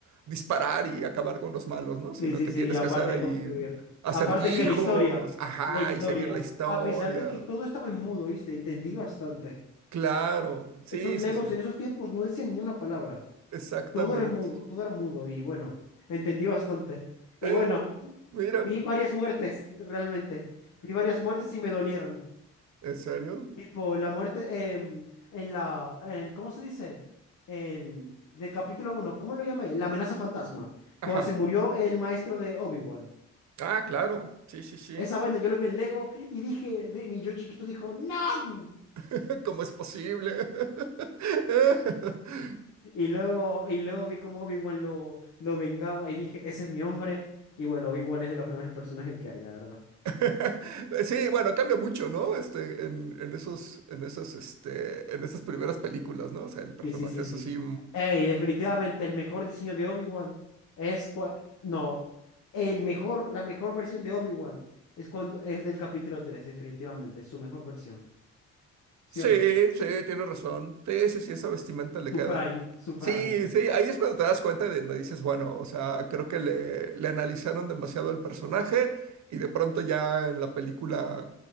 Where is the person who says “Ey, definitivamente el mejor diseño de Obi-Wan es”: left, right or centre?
Left